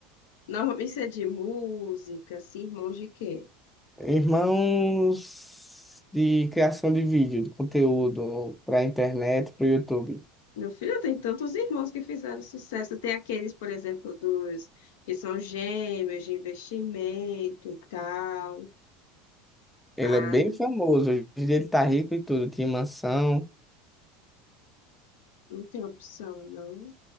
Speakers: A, on the left; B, in the centre.
A: Normalmente isso é de música, assim, irmãos de quê?
B: Irmãos de criação de vídeo, de conteúdo para internet, para o YouTube.
A: Meu filho, tem tantos irmãos que fizeram sucesso. Tem aqueles, por exemplo, dos que são gêmeos de investimento e tal.
B: Ele
A: Ah,
B: é bem famoso, hoje em dia ele tá rico e tudo, tinha mansão.
A: não tem opção, não.